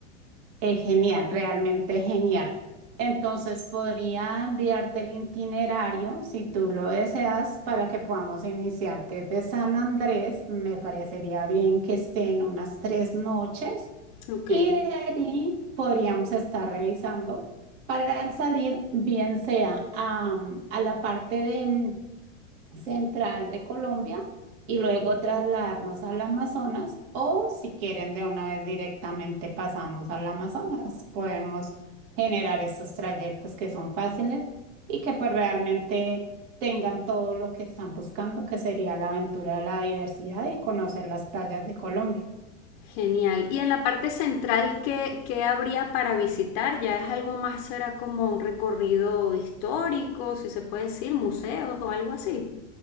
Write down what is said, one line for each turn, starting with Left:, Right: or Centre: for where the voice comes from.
Right: Es genial, realmente genial. Entonces podría enviarte el itinerario si tú lo deseas para que podamos iniciar desde San Andrés. Me parecería bien que estén unas tres noches
Left: Ok.
Right: y de ahí podríamos estar revisando para salir bien sea a, a la parte de, mm, central de Colombia y luego trasladarnos al Amazonas o si quieren de una vez directamente pasamos al Amazonas. Podemos generar estos trayectos que son fáciles y que pues realmente tengan todo lo que están buscando, que sería la aventura de la diversidad y conocer las playas de Colombia.
Left: Genial. Y en la parte central, ¿qué, qué habría para visitar? ¿Ya es algo más, será como un recorrido histórico, si se puede decir, museos o algo así?